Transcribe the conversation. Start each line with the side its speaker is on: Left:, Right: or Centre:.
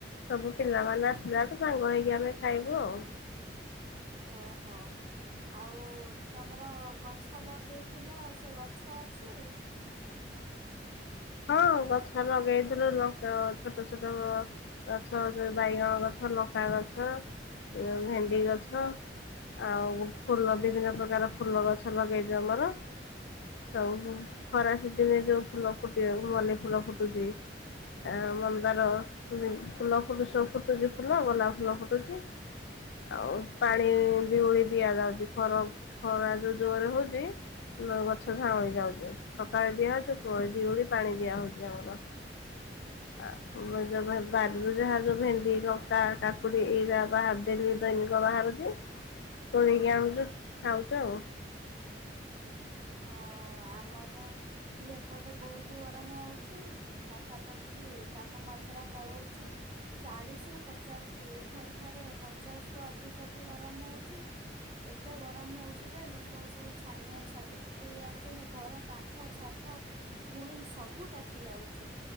Left: ସବୁ ପିଲାମାନେ ଆସିଲାଠୁ, ସାଙ୍ଗ ହେଇକି ଆମେ ଖାଇବୁ ଆଉ।
Right: ହ, ହ। ଆଉ ତମର, ଗଛ ଲଗେଇଥିଲ, ସେ ଗଛ ଅଛି?
Left: ହଁ, ଗଛ ଲଗେଇଥିଲୁ। ଲଙ୍କା ଗଛ, ଛୋଟ, ଛୋଟ ଗଛ ବାଇଗଣ ଗଛ। ଲଙ୍କା ଗଛ, ଓ ଭେଣ୍ଡି ଗଛ ଆଉ ଫୁଲ, ବିଭିନ୍ନ ପ୍ରକାର ଫୁଲ ଗଛ, ଲଗେଇଛୁ ଆମର। ସବୁ, ଖରା ସିଜିନ୍ ରେ ଯୋଉ ଫୁଲ ଫୁଟିବ, ମଲି ଫୁଲ ଫୁଟୁଛି। ଆ ମନ୍ଦାର, ଫୁଲ ଫୁଟିଛି ସବୁ ଫୁଟୁଛି ଫୁଲ, ଗୋଲାପ ଫୁଲ ଫୁଟୁଛି। ଆଉ' ପାଣି ଦିଓଳି ଦିଆଯାଉଛି। ଖରା, ଖରା ଯୋଉ ଜୋରରେ ହଉଛି ଗଛ ଝାଉଁଳି ଯାଉଛି। ସକାଳେ ଦିଆ ଦିଆଯାଉଛି। ପୁଣି ଦିଓଳି ପାଣି ଦିଆ ହଉଚି, ଆମର।
Right: ହ
Left: ଆଉ, ଯଉ ବାରିରୁ ଯାହା ଯୋଉ ଭେଣ୍ଡି, ଲଙ୍କା, କାକୁଡି ଏଇରା ବାହାର ଡେଲି ଦୈନିକ। ବାହାରୁଛି, ତୋଳିକି ଆଣୁଛୁ ଖାଉଛୁ ଆଉ।
Right: ଓ ଆମର ଇ, ଏପଟେ ବହୁତ ଗରମ ହଉଛି। ପାଖା, ପାଖି ତାପମାତ୍ରା ପଳଉଛି। ଚାଳିଶ ରୁ ପଚାଶ ଡିଗ୍ରୀ। ଥରେ, ଥରେ ପଚାଶ ରୁ ଅଧିକ ବି ଗରମ ହଉଛି। ଏତେ ଗରମ ହଉଚି ଯେ, ଲୋକ ସବୁ ଛାନିଆ, ଛାଟି ପି ଟି, ଆାଉଛନ୍ତି। ଘର କାନ୍ଥ, ଛାତ, ଭୁଇଁ ସବୁ ତାତି ଆଉଛି।